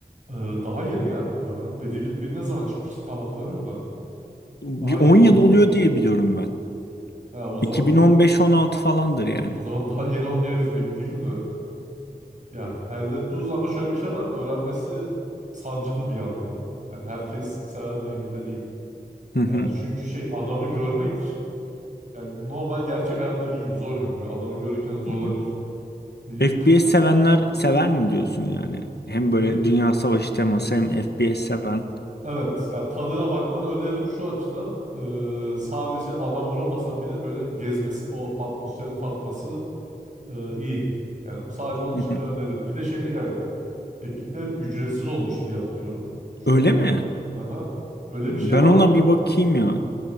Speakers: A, on the right; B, on the left.
A: e, daha yeni ya muhtemelen. Battlefield bir ne zaman çıkmıştı tam hatırlamıyorum da.
B: Bir
A: Daha yeni
B: 10
A: olmasın.
B: yıl oluyor diye biliyorum ben.
A: Ha, o zaman
B: 2015-16 falandır yani.
A: o zaman daha yeni olmayabilir emin değilim de. E, ya Hellet Uzun ama şöyle bir şey var. Öğrenmesi sancılı bir yandan da. Yani herkes sever mi emin de değilim.
B: Hı hı.
A: Yani çünkü şey adamı görmek Yani normal gerçek hayattaki gibi zor yani. Böyle adamı görürken zorlanıyorsun.
B: Hı.
A: Millet
B: FPS
A: pus.
B: sevenler sever mi diyorsun yani? Hem böyle
A: Evet.
B: Dünya Savaşı teması hem FPS seven.
A: Evet. Ya tadına bakmanı öneririm şu açıdan. Ee, sadece adam vuramasan bile böyle gezmesi, o atmosferi tatması e, iyi. Yani sadece onun için
B: Hı hı.
A: bile öneririm. Bir de şey de galiba. Epic'te ücretsiz olmuştu diye hatırlıyorum. Şu
B: Öyle
A: an
B: mi?
A: öyle. Aha. Öyle
B: Ben
A: bir şey vardı.
B: ona bir bakayım ya.